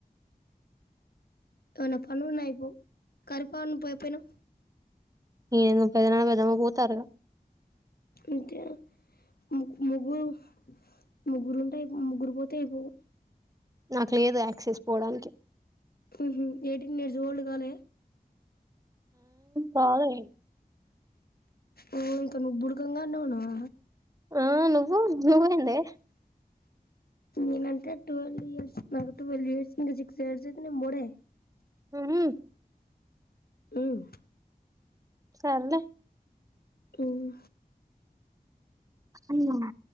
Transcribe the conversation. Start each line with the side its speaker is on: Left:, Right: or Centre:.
Left: ఇయాల పనున్న ఐపోవ్ కరిపొన్న పోయి పోయినవ్
Right: ఉమ్ మీ పెద్దనాన్న పెదమ్మ పోతారుగ
Left: అంతే ము ముగ్గురు ముగ్గురుంటె అయిపోవ్ ముగ్గురు పోతే అయిపోవు
Right: నాకు లేదు యాక్సెస్ పోవడానికి
Left: ఉహు ఎయిటీన్ ఇయర్స్ ఓల్డ్ కాలే
Right: కాలే
Left: ఓ ఇంకా నువ్ బుడుకంగ గానే ఉన్నావ
Right: ఆ నువ్వు నువ్వేందే
Left: నేను అంటే ట్వెల్వ్ ఇయర్స్ నాకు ట్వల్వ్ ఇయర్స్ ఇం సిక్స్ ఇయర్స్ యితే నేను మొడే
Right: ఊమ్
Left: ఊమ్
Right: సర్లే
Left: ఊమ్
Right: ఉమ్మ్